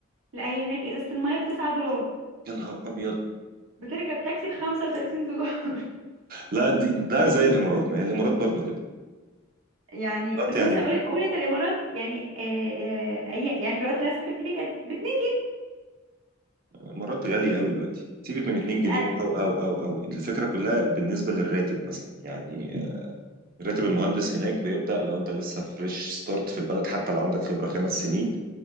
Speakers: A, on the right; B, on the right.
A: لا هي هناك ازازه الميه ب 9 دولار
B: يا نهار ابيض
A: بتركب تاكسي ب 35 دولار
B: لا دي ده زي الامارات ما هي الامارات برضو كده
A: <laughs> يعني
B: الامارات
A: بس
B: يعني
A: مثلا قول قول انت الامارات يعني آه، آه، أي- يعني في الوقت اللي انا سافرت فيه كانت باتنين
B: الامارات غاليه قوي دلوقتي سيبك من 2 جنيه
A: لا
B: او او او او الفكره كلها بالنسبه للراتب مثلا يعني راتب المهندس هناك بيبدا لو انت لسه فريش ستارت في البلد حتى لو عندك خبره خمس سنين